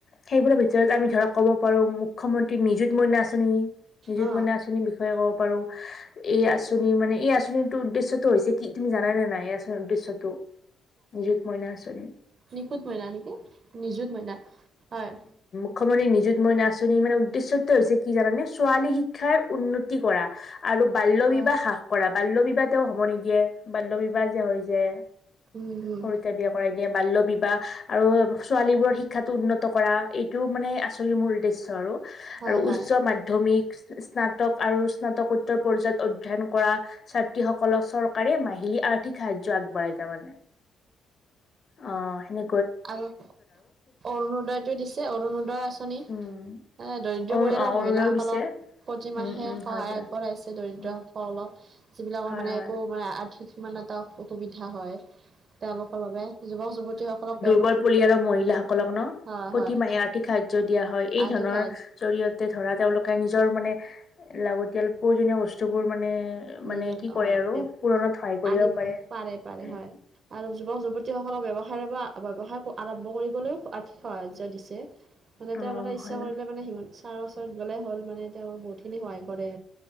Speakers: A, on the left; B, on the right.
A: সেইবোৰৰ ভিতৰত আমি ধৰক ক'ব পাৰো, মুখ্যমন্ত্ৰী নিযুত মইনা আঁচনি। নিযুত
B: অ
A: মইনা আঁচনিৰ বিষয়ে কওঁক? পাৰোঁ, এই আঁচনি মানে এই আঁচনিটোৰ উদ্দেশ্যটো হৈছে কি তুমি জানা নে নাই, এই আ উদ্দেশ্যতো, নিযুত মইনা আঁচনিৰ?
B: নিখুত মইনা নেকি, নিযুত মইনা হয়।
A: অসমৰ এই নিযুত মইনা আঁচনি মানে উদ্দেশ্যটো হৈছে কি জানানে, ছোৱালী শিক্ষাৰ উন্নতি কৰা। আৰু বাল্য
B: অ
A: বিবাহ হ্ৰাস কৰা, বাল্য বিবাহ তেওঁ হ'ব নিদিয়ে, বাল্য বিবাহ যে হয় যে।
B: উম হম
A: সৰুতে বিয়া কৰাই দিয়ে। বাল্য বিবাহ আৰু ছোৱালীবোৰৰ শিক্ষাটো উন্নত কৰা এইটো মানে আঁচনিৰ মূল উদ্দেশ্য আৰু।
B: হয়
A: আৰু
B: হয়
A: উচ্চ মাধ্যমিক স্নাতক আৰু স্নাতকোত্তৰ পৰ্যায়ত অধ্যয়ন কৰা ছাত্ৰীসকলক চৰ কাৰে মাহিলী আৰ্থিক সাহাৰ্য্য আগবঢ়ায় তাৰ মানে, অ' সেনে
B: আমাক অৰুণোদয়টো দিছে। অৰুণোদয় আঁচনি এ
A: উম
B: দৰিদ্ৰ
A: অ
B: পৰিয়ালৰ
A: অৰুণাও
B: মহিলাসকলক
A: দিছে
B: প্ৰতিমাহে
A: উম উম
B: সহায়
A: হয় দিয়া
B: আগবঢ়াইছে দৰিদ্ৰসকলক।
A: উম,
B: যিবিলাকৰ
A: হয়
B: মানে
A: হয়
B: একো মানে আৰ্থিক সিমান এটা অসুবিধা হয়। তেওঁলোকৰ বাবে, যুৱক যুৱতীসকলক ব্যৱ
A: অৰ পৰিয়ালৰ মহিলাসকলক ন?
B: হয়
A: প্ৰতিমাহে
B: হয়
A: আৰ্থিক সাহাৰ্য্য দিয়া হয়, এই
B: আৰ্থিক
A: ধৰনৰনৰ
B: সাহাৰ্য
A: জৰিয়তে ধৰা তেওঁলোকে নিজৰ মানে লাগতিয়াল প্ৰয়োজনীয় বস্তু বোৰ মানে এ
B: নিজে
A: মানে কি
B: আহ
A: কৰে আৰু, পুৰণত সহায় কৰিব
B: আনিব
A: পাৰে,
B: পাৰে
A: উম।
B: হয় আৰু যুৱক যুৱতীসকলক ব্যৱসায়ৰ পৰা, ব্যৱসায় আৰম্ভ কৰিবলৈওঁ আৰ্থিক সাহাৰ্য দিছে। মানে
A: অ
B: তেওঁলোকে ইচ্ছা
A: হয়
B: কৰিলে মানে হিমন্ত ছাৰ ওচৰত গ'লে হ'ল মানে, তেওঁ বহুতখিনি সহায় কৰে।